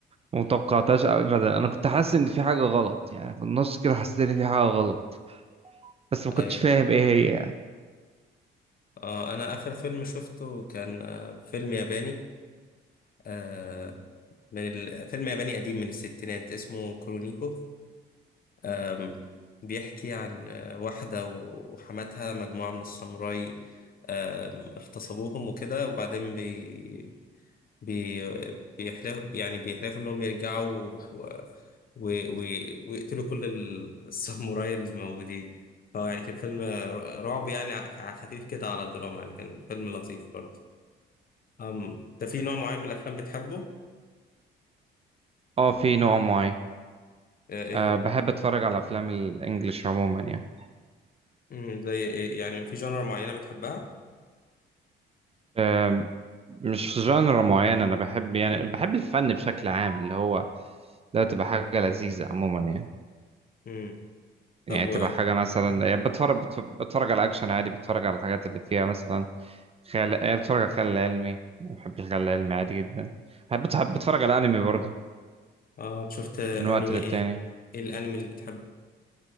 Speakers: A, on the right (about 30°); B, on the left (about 45°).
A: متوقعتهاش أبدا أنا كنت حاسس إن في حاجة غلط يعني في النص كده حسيت إن في حاجة غلط بس ما كنتش
B: ايوه
A: فاهم إيه هي يعني
B: آه انا اخر فيلم شفته كان آه فيلم ياباني آه من ال... فيلم ياباني قديم من الستينات اسمه كرونيكو أم، بيحكي عن آه، واحدة وحماتها مجموعة من الساموراي أم، اغتصبوهم وكده وبعدين بي بي بيحلف يعني بيحلفوا إنهم يرجعوا و... و... و... ويقتلوا كل الساموراي الموجودين هو يعني كان فيلم رعب يعني ع- خفيف كده على الدراما يعني كان فيلم لطيف برضه أم ده في نوع معين من الأفلام بتحبه؟
A: أه في نوع معين
B: آه، إيه
A: أه
B: هو؟
A: بحب أتفرج على أفلام الإنجليش عموما يعني
B: مم، زي إيه؟ يعني في جانر معينة بتحبها؟
A: أه مش جانرا معين أنا بحب يعني بحب الفن بشكل عام اللي هو ده تبقى حاجة لذيذة عموما يعني
B: مم. طب
A: يعني
B: و...
A: تبقى حاجة مثلا
B: مم.
A: يعني بتفرج بتف- بتفرج على أكشن عادي بتفرج على الحاجات اللي فيها مثلا خيال آه، بتفرج على الخيال العلمي بحب الخيال العلمي عادي جدا بحب بحب بتفرج على أنمي برضه
B: اه شفت انمي
A: من وقت للتاني
B: ايه ايه الانمي اللي بتحبه